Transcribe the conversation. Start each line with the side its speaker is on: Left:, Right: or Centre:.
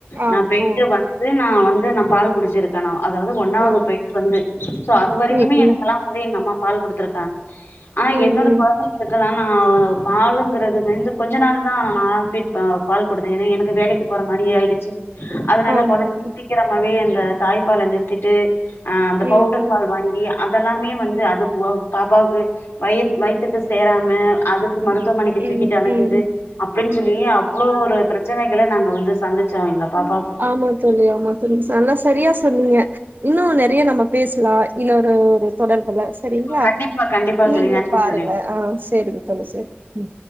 Right: ஆ
Left: நா போய்ட்டு
Right: ஆ
Left: வந்து நா வந்து நா பால் குடிச்சிருக் கனா அதாது ஒன்னாவது
Right: ஆ
Left: போய்ட்டு வந்து சோ அது வரைக்குமே
Right: ம்
Left: எனக்கெல்லா
Right: ம்
Left: வ எங்க அம்மா பால் கொடுத்திருக்காங்க ஆனா
Right: ம்
Left: என்னோட
Right: ம்
Left: கொழந்தை இதுக்கெல்லா நா பாலுங்கிறது வந்து கொஞ்ச நாள் தா நா பால் கொடுத்தே ஏ எனக் வேலைக்கு போற மாரி ஆயிடுச்சு அதனால
Right: ஆமா
Left: கொழந்த
Right: ஆமா
Left: சீக்கிரம் சும்மாவே அந்த தாய்ப்பால நிறுத்திட்டு ஆ அந்த பவுடர்
Right: ம் ம்
Left: பால் வாங்கி அதெல்லாமே வந்து அது பாப்பாவுக்கு வயிற் வயித்துக்கு சேராம அதுக் மருத்துவமனைக்கு தூக்கிட்டு
Right: ம்
Left: அலைஞ்சது
Right: ம்
Left: அப்டின் சொல்லி அவ்ளோ ஒரு பிரச்சனைகள நாங்க வந்து வந்திச்சா எங்க பாப்பா
Right: ஆமா தோழி ஆமா நல்லா சரியா சொன்னீங்க இன்னு நிறைய நம்ம பேசலா இன்னொரு ஒரு தொடர்புல சரிங்ளா
Left: கண்டிப்பா கண்டிப்பா
Right: நீங்களு
Left: தோழி நன்றி
Right: பாருங்க
Left: தோழி
Right: ஆ சரிங்க தோழி சரி